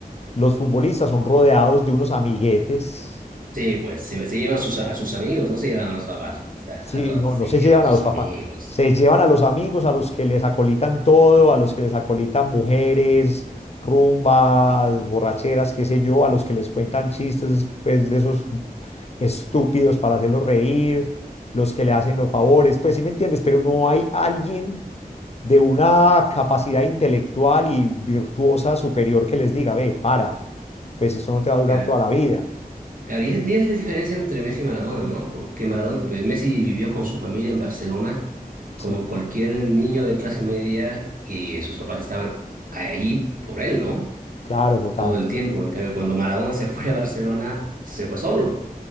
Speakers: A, on the left (about 45°); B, on the right (about 60°).
A: los futbolistas son rodeados de unos amiguetes
B: Sí, pues se, se llevan sus, a sus amigos, no se llevan a los papás, pues, a,
A: Sí,
B: a todos
A: no,
B: se
A: no se
B: llevan
A: llevan
B: sus
A: a los papás,
B: amigos.
A: se llevan a los amigos, a los que les acolitan todo, a los que les acolitan mujeres, rumbas, borracheras, qué sé yo, a los que les cuentan chistes, pues, de esos estúpidos para hacerlos reír, los que le hacen los favores, pues sí me entiendes, pero no hay alguien de una capacidad intelectual y virtuosa superior que les diga, ve, para, pues esto no te va a durar
B: Claro.
A: toda la vida.
B: Claro, y es, y es la diferencia entre Messi y Maradona, ¿no? Porque Maradona, pues, Messi vivió con su familia en Barcelona como
A: Sí,
B: cualquier niño de clase media y sus papás estaban ahí por él, ¿no?
A: claro, total.
B: Todo el tiempo. En cambio, cuando Maradona se fue a Barcelona, se fue solo.